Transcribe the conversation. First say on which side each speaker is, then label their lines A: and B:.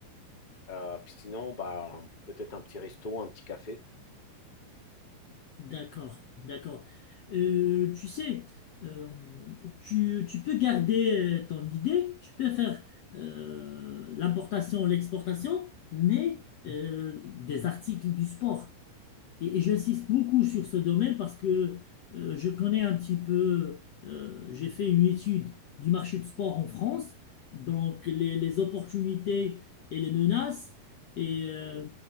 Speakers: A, on the left (about 25°); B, on the left (about 65°).
A: Euh, puis sinon, bah, peut-être un petit resto, un petit café.
B: D'accord, d'accord. Euh, tu sais, euh, tu, tu peux garder euh, ton idée, tu peux faire euh, l'importation, l'exportation, mais euh, des articles du sport. Et, et j'insiste beaucoup sur ce domaine parce que euh, je connais un petit peu, euh, j'ai fait une étude du marché du sport en France, donc les, les opportunités et les menaces, et euh,
A: Mhm.